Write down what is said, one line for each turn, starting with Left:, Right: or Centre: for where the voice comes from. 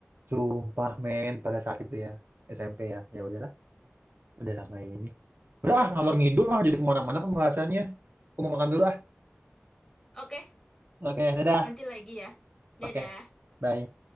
Right: Sumpah men pada saat itu ya SMP ya. Ya udahlah, udah lama ini. Udah ah, ngalor ngidul lah jadi kemana-mana pembahasannya. Aku mau makan dulu ah.
Left: Oke,
Right: Oke, dadah.
Left: nanti lagi ya.
Right: Oke,
Left: Dadah.
Right: bye.